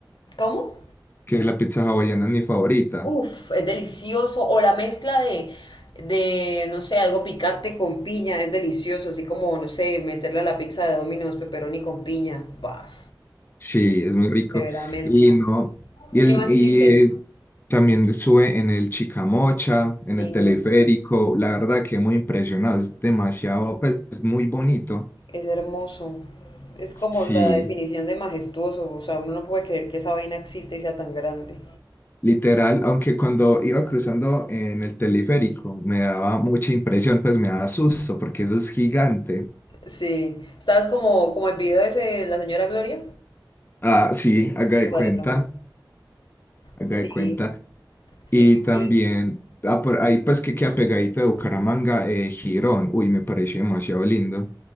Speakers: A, on the left (about 85°); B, on the left (about 25°).
A: ¿Cómo?
B: que la pizza hawaiana es mi favorita.
A: Uf, es delicioso. O la mezcla de, de, no sé, algo picante con piña, es delicioso. Así como, no sé, meterle a la pizza de Domino's pepperoni con piña. Baf,
B: Sí, es muy rico.
A: de verdad mezcla.
B: Y no, y, el,
A: ¿Qué más
B: y
A: hiciste?
B: eh, también sube en el Chicamocha, en
A: Lindo.
B: el teleférico, la verdad que muy impresionado, es demasiado, pues es muy bonito.
A: Es hermoso. Es
B: Sí.
A: como la definición de majestuoso. O sea, uno no puede creer que esa vaina exista y sea tan grande.
B: Literal, aunque cuando iba cruzando en el teleférico me daba mucha impresión, pues me daba susto porque eso es gigante.
A: Sí. ¿Estabas como, como el video ese de la señora Gloria?
B: Ah, sí, haga
A: Igualito,
B: de cuenta,
A: muy.
B: haga
A: Sí,
B: de cuenta.
A: sí,
B: Y
A: sí,
B: también,
A: sí.
B: ah, por ahí pues que queda pegadito de Bucaramanga, eh, Girón. Uy, me pareció demasiado lindo.